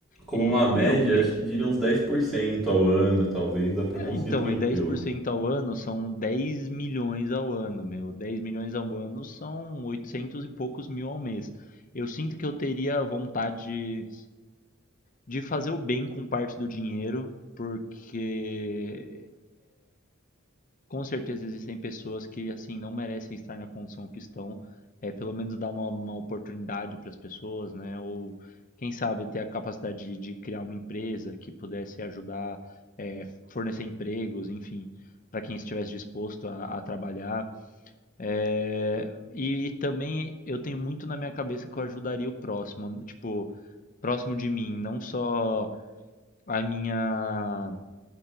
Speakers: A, in the centre; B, on the left.
A: como
B: E,
A: uma média,
B: meu, me-
A: acho que diria uns 10% ao ano, talvez, dá para
B: É,
A: conseguir
B: então,
A: tranquilo.
B: e dez por cento ao ano são 10 milhões ao ano, meu. dez milhões ao ano são 800 e poucos mil ao mês. Eu sinto que eu teria vontade de fazer o bem com parte do dinheiro, porque com certeza existem pessoas que assim não merecem estar na condição que estão, é, pelo menos dar uma, uma oportunidade para as pessoas, né? Ou quem sabe ter a capacidade de, de criar uma empresa que pudesse ajudar, é, fornecer empregos, enfim, para quem estivesse disposto a, a trabalhar. É, e, e também eu tenho muito na minha cabeça que eu ajudaria o próximo, tipo, próximo de mim, não só a minha